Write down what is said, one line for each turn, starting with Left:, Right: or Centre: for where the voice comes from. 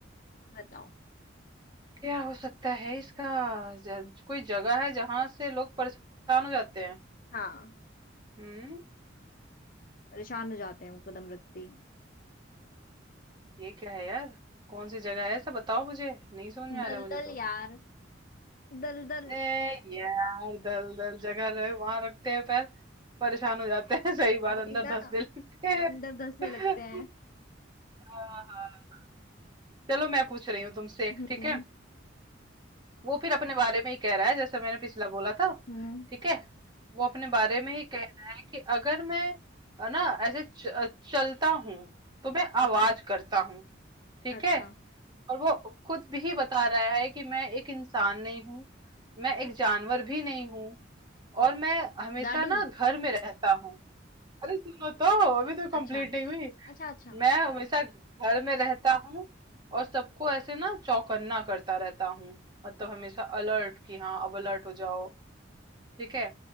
Left: बताओ
Right: क्या हो सकता है इसका ज- कोई जगह है जहां से लोग परेशान हो जाते हैं
Left: हाँ
Right: हम्म
Left: परेशान हो जाते हैं वो कदम रखते ही
Right: ये क्या है यार कौन सी जगह है ऐसा बताओ मुझे नहीं समझ में आ
Left: दलदल
Right: रहा है मुझे तो
Left: यार दलदल
Right: ए यार दल दल जगह रहे वहां रखते हैं पैर परेशान हो जाते हैं <laughs> सही बात
Left: वही
Right: अंदर
Left: ना
Right: धंसने लगते हैं
Left: अंदर धंसने
Right: <laughs>
Left: लगते हैं
Right: हाँ, हाँ। चलो मैं पूछ रही हूँ तुमसे एक
Left: हम्म
Right: ठीक है वो फिर अपने बारे में ही कह रहा है जैसे मैंने पिछला बोला था
Left: हम्म
Right: ठीक है वो अपने बारे में ही कह रहा है कि अगर मैं है ना ऐसे च, चलता हूँ तो मैं
Left: अच्छा
Right: आवाज करता हूँ ठीक
Left: अच्छा
Right: है और वो खुद भी बता रहा है कि मैं एक इंसान नहीं हूँ मैं एक जानवर भी नहीं हूँ और मैं हमेशा
Left: गाड़ी
Right: ना घर में रहता हूँ अरे सुनो तो अभी तो कंप्लीट
Left: अच्छा
Right: नहीं हुई
Left: अच्छा अच्छा
Right: मैं हमेशा घर में रहता हूँ और सबको ऐसे ना चौकन्ना करता रहता हूँ मतलब हमेशा अलर्ट कि हाँ अब अलर्ट हो जाओ ठीक है